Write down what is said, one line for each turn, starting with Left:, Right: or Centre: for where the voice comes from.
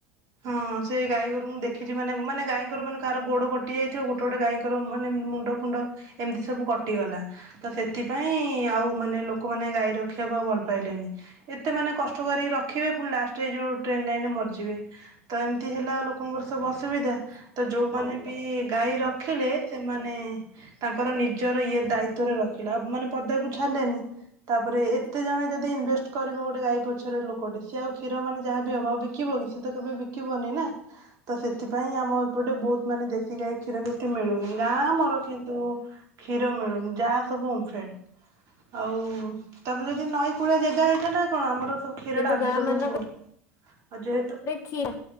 Right: ହଁ ସେଇ ଗାଈଗୋରୁଙ୍କୁ ମୁଁ ଦେଖିଚି ମାନେ ମାନେ ଗାଈଙ୍କର ମାନେ କାହାର ଗୋଡ କଟି ଯାଇଥିବ ଗୋଟେ ଗୋଟେ ଗୋଟେ ଗାଈଙ୍କର ମାନେ ମୁଣ୍ଡ ଫୁଣ୍ଡ ଏମିତି ସବୁ କଟିଗଲା। ତ ସେଥିପାଇଁ ଆଉ ମାନେ ଲୋକମାନେ ଗାଈ ରଖିବାକୁ ଆଉ ଭଲ ପାଇଲେନି। ଏତେ ମେ କଷ୍ଟ କରିକି ରଖିବେ ପୁଣି ଲାଷ୍ଟରେ ଏ ଯୋଉ ଟ୍ରେନ୍ ଲାଇନରେ ମରିଯିବେ। ତ ଏମିତି ହେଲା ଲୋକଙ୍କର ସବୁ ଅସୁବିଧା ତ ଯୋଉମାନେ ବି ଗାଈ ରଖିଲେ ସେମାନେ ତାଙ୍କର ନିଜର ଇଏ ଦାୟିତ୍ୱ ରେ ରଖିଲା ମାନେ ପଦାକୁ ଛାଡିଲେନି ତାପରେ ଏତେ ଜଣ ଯଦି ଇନଭେଷ୍ଟ କରିବ ଗୋଟେ ଗାଈ ପଛରେ ଲୋକଟେ ସି ଆଉ କ୍ଷୀର ମାନେ ଯାହା ବି ହବ ବିକିବ କି ସିଏ ତ କେବେ ବିକିବନି ନା। ତ ସେଥିପାଇଁ ଆମ ଏପଟେ ବହୁତ ମାନେ ଦେଶୀ ଗାଈ କ୍ଷୀର ବି ଏତେ ମିଳୁନି ଗାଁ ଆମର କିନ୍ତୁ କ୍ଷୀର ମିଳୁନି ଯାହା ସବୁ ଓମଫେଡ ଆଉ ତାପରେ ଯଦି ନଈ କୁଳିଆ ଜାଗା ହେଇଥାନ୍ତା କଣ ଆମର ସବୁ କ୍ଷୀର
Left: କିନ୍ତୁ
Right: ଟା ଆଭେଲେବୁଲ
Left: ଗାଁ ମାନଙ୍କରେ
Right: ରୁହନ୍ତା ଆଉ ଯେହେତୁ
Left: କ୍ଷୀର